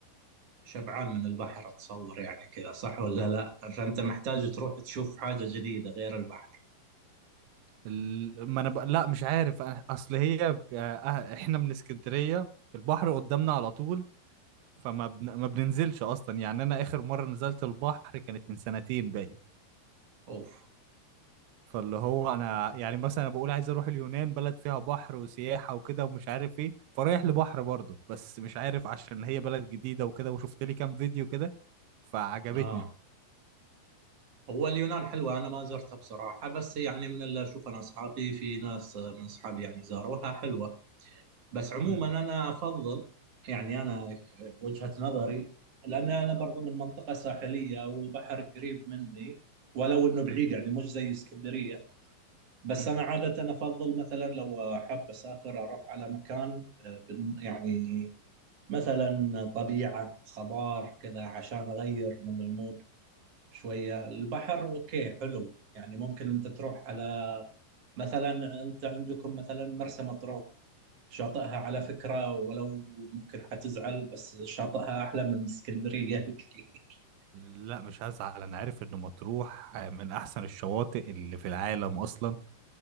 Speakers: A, on the right; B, on the right.
A: شبعان من البحر اتصور يعني كذا صح ولا لا فانت محتاج
B: ال-
A: تروح تشوف حاجه جديده غير البحر
B: ال- ما انا بق... لا مش عارف أنا- اصل هي ب- آه، احنا من اسكندريه البحر قدامنا على طول فما بن... ما بننزلش اصلا يعني انا اخر مره نزلت البحر كانت من سنتين باين
A: اوف
B: فاللي هو انا يعني مثلا أنا بقول عايز اروح اليونان بلد فيها بحر وسياحه وكده ومش عارف ايه فرايح لبحر برضه بس مش عارف عشان هي بلد جديده وكده وشفت لي كام فيديو كده فعجبتني
A: اه هو اليونان حلوه انا ما زرتها بصراحه بس يعني من اللي اشوف انا اصحابي في ناس آه، من اصحابي يعني زاروها حلوه بس عموما
B: مم.
A: انا افضل يعني انا وجهة نظري لان انا برضو من منطقة ساحلية والبحر قريب مني ولو انه بعيد
B: مم.
A: يعني مش زي اسكندرية بس
B: مم.
A: انا عادة افضل مثلا لو احب اسافر اروح على مكان آه، بن- يعني مثلا طبيعة خضار كذا عشان اغير من المود شوية البحر اوكي حلو يعني ممكن انت تروح على مثلا انت عندكم مثلا مرسى مطروح شاطئها على
B: مم.
A: فكرة ولو ممكن حتزعل بس شاطئها أحلى من اسكندرية <laughs> بكثير
B: لا مش هزعل انا عارف ان مطروح من احسن الشواطئ اللي في العالم اصلا